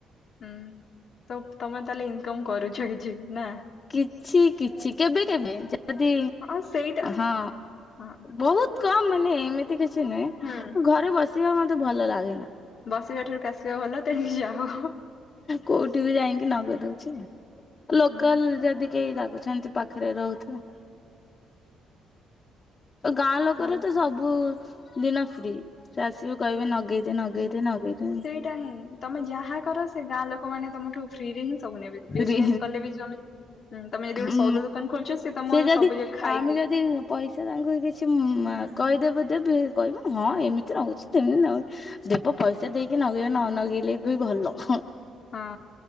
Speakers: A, on the left; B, on the left.
A: ହୁଁ ତ ତମେ ତାହେଲେ ଇନକମ କରୁଛ କିଛି ନା?
B: କିଛିକିଛି କେବେକେବେ ଯଦି
A: ହଁ ସେଇଟା
B: ହଁ
A: ହଁ
B: ବହୁତ କମ ମାନେ ଏମିତି କିଛି ନୁହେଁ,
A: ହୁଁ
B: ଘରେ ବସିବା ମତେ ଭଲ ଲାଗେନା।
A: ବସିବା ଠାରୁ କାସିବା ଭଲ ତେଣିକି ଯାହଉ
B: କୋଉଠି ବି ଯାଇକି ନଗେଇ ଦଉଛି ଲୋକାଲ
A: ହଁ
B: ଯଦି କେହି ଡାକୁଛନ୍ତି ପାଖରେ ରହୁଥି ଗାଁ ଲୋକରେ
A: ଭଲ
B: ତ ସବୁ ଦିନ ଫ୍ରି ସେ ଆସିବେ କହିବେ ନଗେଇଦେ, ନଗେଇଦେ, ନଗେଇଦେ
A: ନାହିଁ, ତମେ ଯା ଯାହା କର ସେ ଗାଁ ଲୋକମାନେ ତମଠୁ ଫ୍ରିରେ ହିଁ ସବୁ ନେବେ।
B: ଫ୍ରି
A: ବିଜନେସ କଲେ ବି <unintelligible>
B: ହୁଁ,
A: ଗୋଟେ ସଉଦା ଦୋକାନ ଖୋଲୁଛ ତମ
B: ସେ ଯଦି
A: ସବୁ ଯାକ ଖାଇକି
B: ଆମେ ଯଦି ପଇସା ତାଙ୍କୁ କିଛି ମା
A: ହୁଁ
B: କହିଦେବେ ଯେ ତୁ <unintelligible> କହିବୁ ହଁ ଏମିତି ନଉଚି ସେମିତି ନଉଚି ଦୀପ ପଇସା ଦେଇକି ନଗେଇ ନଗେଇଲେ ବି ଭଲ, ହଁ
A: ହଁ।